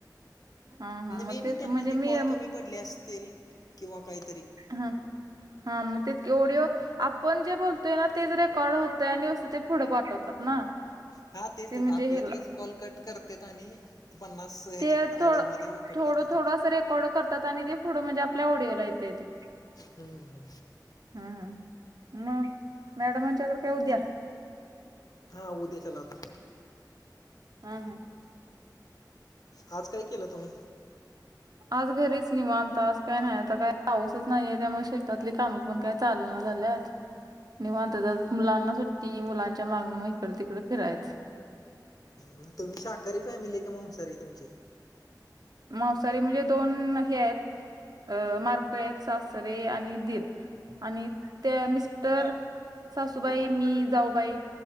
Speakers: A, on the right; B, on the left.
A: हा हा मग
B: मे
A: तेच
B: बी त्यांना
A: म्हणजे
B: ते
A: मी
B: कॉल कमी पडले असतील किंवा काहीतरी
A: हा हा म ते ओडओ. आपण जे बोलतोय ना तेच रेकॉर्ड होतय आणि ते पुढे पाठवतात ना.
B: हा तेच
A: ते
B: तेच
A: म्हणजे
B: आपल्यातलाच
A: हेला
B: कॉल कट करते आणि पन्नास ह्याच्या
A: ते थोडं
B: ऑडिओमध्ये. कट
A: थोडं
B: करतात
A: थोडं असं रेकॉर्ड करतात आणि ते पुढं म्हणजे आपल्या ऑडिओला येते येते.
B: हम्म ह.
A: हम् ह मग मॅडमांच्याकडे काय उद्या.
B: हा उद्या चलावता.
A: हॅम हम्म.
B: आज काय केलं तुम्ही?
A: आज घरीच निवांत आज काय नाही आता काय पाऊसच नाहीय त्यामुळेग शेतातली कामं पण काय चालना झाल्यात. <inaudible> निवांत जात मुलांना सुट्टी मुलांच्या मागनं मग इकड तिकडे फिरायच.
B: मग तुम्ही शाकहारी फॅमिली का म्हन सर तुमची?
A: मवसारी म्हणजे दोन हे आहेत. अ मारकळ सासरे आणि दीर आणि त्या मिस्टर. सासूबाई मि जाव बाई.